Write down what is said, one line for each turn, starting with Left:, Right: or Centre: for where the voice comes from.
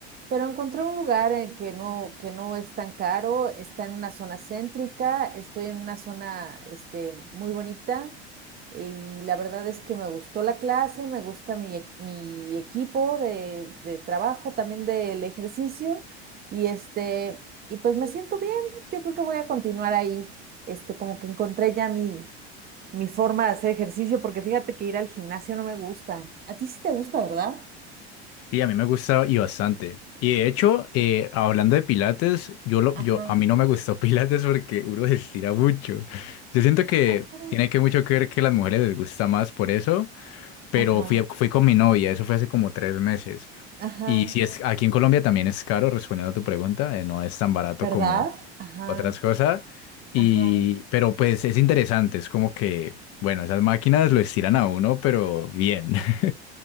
Right: Pero encontré un lugar en que no, que no es tan caro, está en una zona céntrica, estoy en una zona este, muy bonita y la verdad es que me gustó la clase, me gusta mi, equ- mi equipo de, de trabajo, también del ejercicio y, este, y pues me siento bien, yo creo que voy a continuar ahí, este, como que encontré ya mi, mi forma de hacer ejercicio porque fíjate que ir al gimnasio no me gusta. A ti sí te gusta, ¿verdad?
Left: Y a mí me gustó y bastante. Y de hecho, eh, hablando de Pilates, yo lo,
Right: Ajá,
Left: yo, a mí no me gustó <laughs> Pilates porque uno se estira mucho. Yo siento que
Right: <laughs>
Left: tiene que mucho que ver que a las mujeres les gusta más por eso, pero
Right: ajá.
Left: fui, fui con mi novia, eso fue hace como tres meses.
Right: Ajá,
Left: Y si es aquí en Colombia también es caro, respondiendo a tu pregunta, eh, no es tan barato
Right: ¿verdad?
Left: como
Right: Ajá,
Left: otras cosas. Y,
Right: ajá,
Left: pero pues es interesante, es como que, bueno, esas máquinas lo estiran a uno, pero bien. <laughs>